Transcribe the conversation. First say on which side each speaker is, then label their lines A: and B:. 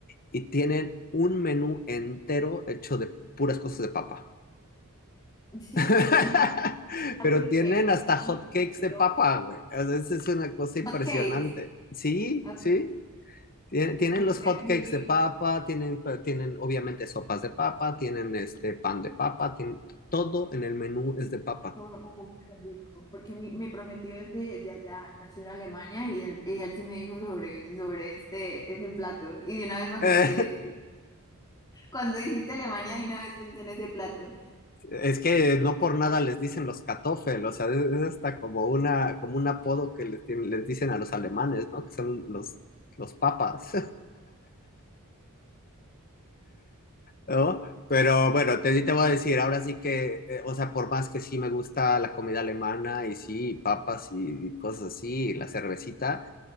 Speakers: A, on the left; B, on the left.
A: Y tienen un menú entero hecho de puras cosas de papa.
B: Sí,
A: <laughs>
B: porque No, fíjate
A: Pero tienen
B: que
A: hasta hotcakes
B: mi prometido
A: de papa, güey. A veces es una cosa impresionante.
B: hot cakes,
A: Sí,
B: ah,
A: sí. Tien- Tienen
B: porque
A: los hotcakes
B: mi,
A: de papa, tienen, pa- tienen obviamente sopas de papa, tienen este pan de papa, tienen, todo en el menú es de papa.
B: Oh, oh, qué rico, porque mi, mi prometido es de, de allá, él nació en Alemania y él, y él sí me dijo sobre, sobre este, ese plato. Y de una vez me acordé
A: Eh,
B: de ese. Cuando dijiste Alemania, de una vez pensé en ese plato.
A: <laughs> es que no por nada les dicen los kartoffel, o sea, es, es hasta como una, como un apodo que les, tienen- les dicen a los alemanes, ¿no? Que son los, los papas. ¿no? Pero bueno, te, sí te voy a decir, ahora sí que, eh, o sea, por más que sí me gusta la comida alemana y sí, papas y, y cosas así, y la cervecita,